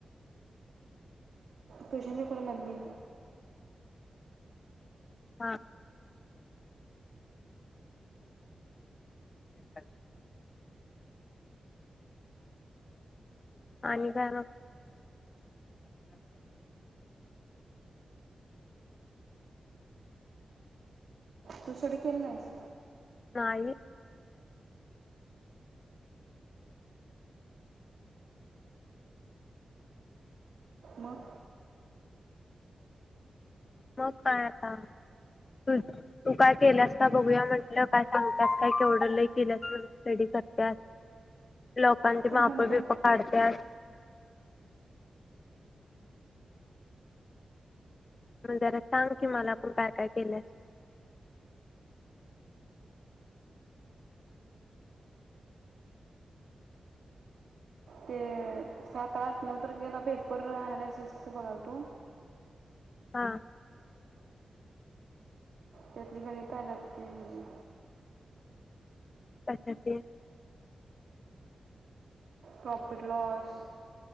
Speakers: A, on the right; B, on the left.
A: क्वेषण पेपर मधली
B: हा <inaudible> आणि काय मग <inaudible>
A: तू सुरू केली नाहीस
B: नाही
A: मग
B: मग काय आता तू तू काय केल्यास का बघूया म्हटलं काय सांगत्यास काय केवढं लई केल्यास स्टडी करत्यास. लोकांचे
A: कोण
B: माप
A: म्हणलं
B: बिपे काढत्यास मग जरा सांग कि मला पण काय काय केलं अस
A: ते सात आठ नऊ तारखेला पेपर अँनालिसिस बघालतो.
B: हा
A: त्यातली गणित आल्यात तिजी
B: कशाची
A: प्रॉफिट लॉस